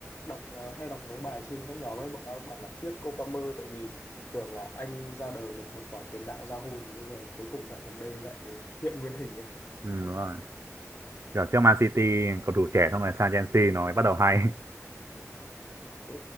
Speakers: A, on the left (about 45°); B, on the right (about 60°).
A: đọc ờ, hay đọc mấy bài trên các nhóm ấy bọn nó bảo là tiếc cô Palmer tại vì tưởng là anh ra đời được một khoản tiền đạo ra hồn nhưng mà cuối cùng dạo gần đây lại hiện nguyên hình ấy
B: ừ, đúng rồi kiểu trước Man City cầu thủ trẻ xong rồi sang Chelsea nó mới bắt đầu hay <laughs>
A: Ừ.